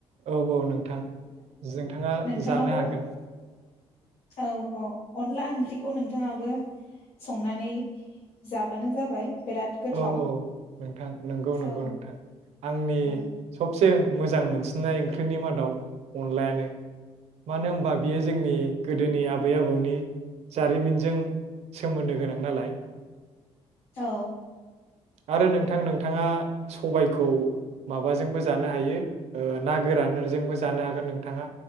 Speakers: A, on the right; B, on the left.
A: औ औ नोंथां नोंथाङा
B: नोंथाङाबो
A: जानो हागोन।
B: औ औ अनला ओंख्रिखौ नोंथाङाबो संनानै जाबानो जाबाय। बिराद गोथाव
A: औ औ नोंथां नोंगौ नोंगौ
B: औ
A: नोंथां। आंनि
B: औ
A: सबसे मोजां मोनसिननाय ओंख्रिनि मादाव अनलायानो मानो होमबा बियो जोंनि गोदोनि आबै आबौनि नि जारिमिनजों सोमोन्दो गोनां नालाय।
B: औ।
A: आरो नोंथां नोंथाङा सबायाइखौ माबाजोंबो जानो हायो ना गोरानजोंबो जानो हागोन नोंथाङा।